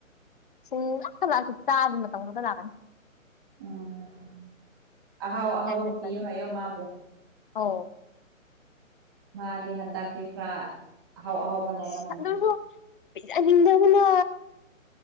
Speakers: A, on the left; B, on the right.
A: ꯁꯤ ꯂꯥꯛꯇ ꯂꯥꯛꯒꯦ ꯆꯕ ꯇ ꯃꯅꯗ ꯂꯒꯅꯤ
B: ꯎ <unintelligible> <inaudible> ꯑꯍꯥꯎ ꯑꯍꯥꯎꯕ
A: ꯒ꯭ꯌꯥꯟ ꯃꯦꯟ
B: ꯄꯤꯌꯨ
A: ꯇꯥꯗꯦ
B: ꯍꯥꯏꯌꯣ ꯃꯥꯕꯨ
A: ꯑꯧ
B: ꯃꯥꯗꯤ ꯍꯟꯗꯛꯇꯤ ꯈꯔ ꯑꯍꯥꯎ ꯑꯍꯥꯎꯕ ꯂꯩꯔꯝꯒꯅꯤ
A: ꯑꯁ ꯑꯗꯨꯕꯨ ꯄꯤꯖꯅꯤꯡꯗꯕꯅ